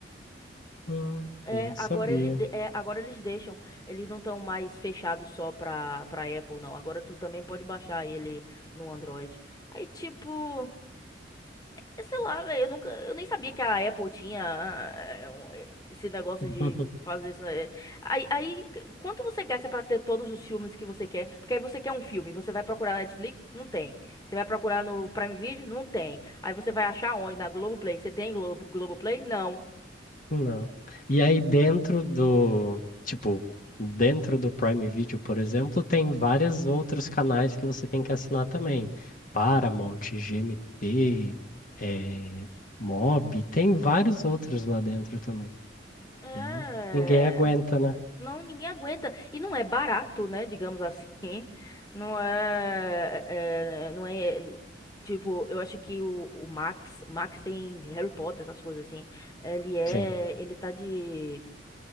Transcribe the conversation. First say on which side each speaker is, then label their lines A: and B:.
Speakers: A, on the left (about 45°); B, on the left (about 20°).
A: Hum,
B: É,
A: não sabia.
B: agora ele de- é, agora eles deixam. Eles não estão mais fechados só pra, pra Apple, não. Agora tu também pode baixar ele no Android. Aí, tipo, eu sei lá, velho, eu nunca, eu nem sabia que a Apple tinha ah, é, um, é, esse negócio
A: <laughs>
B: de fazer isso. é. Aí, aí, c- quanto você gasta pra ter todos os filmes que você quer? Porque aí você quer um filme, você vai procurar na Netflix? Não tem. Você vai procurar no Prime Video? Não tem. Aí você vai achar onde? Na Globoplay? Você tem Globo, Globoplay? Não.
A: Não. E aí dentro do, tipo, dentro do Prime Video, por exemplo, tem vários outros canais que você tem que assinar também. Paramount, GMT, eh, Mob, tem vários outros lá dentro também.
B: É.
A: Daí não- ninguém aguenta, né?
B: Não, ninguém aguenta. E não é barato, né? Digamos assim. <laughs> Não é, é, não é tipo, eu acho que o, o Max, Max tem Harry Potter, essas coisas assim. Ele é,
A: Sim.
B: ele tá de